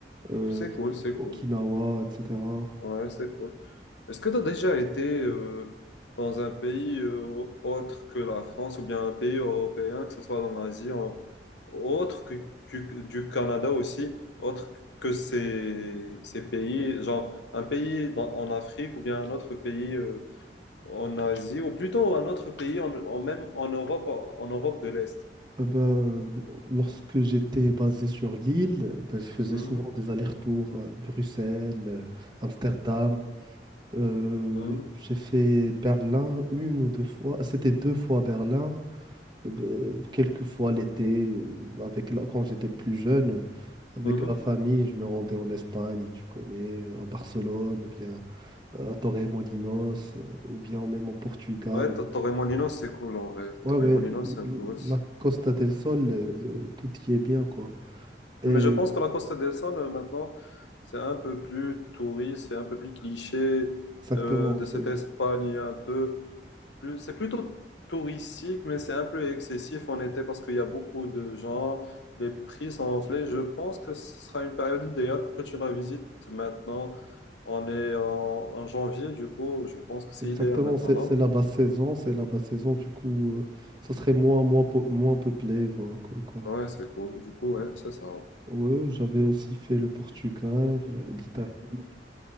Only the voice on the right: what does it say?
euh,
Okinawa,
etc.
Euh, ben, euh, lorsque j'étais basé sur l'île, ben, je faisais
souvent des allers-retours euh, Bruxelles, euh, Amsterdam. Euh,
j'ai fait Berlin une ou deux fois. C'était deux fois Berlin, euh, ben, quelques fois l'été, euh, avec la- quand j'étais plus jeune. euh, Avec
la famille, je me rendais en Espagne, tu connais, euh, à Barcelone, ou bien euh, à Torremolinos, euh, ou bien même au Portugal.
Ouais,
ouais,
la Costa del Sol, euh, tout y est bien, quoi. Et
exactement,
c'est,
exactement,
c'est
c'est la basse saison, c'est la basse saison, du coup, euh, ça serait moins, moins, po- moins peuplé, voilà, quoi, quoi.
Ouais, j'avais aussi fait le Portugal, euh, l'Italie.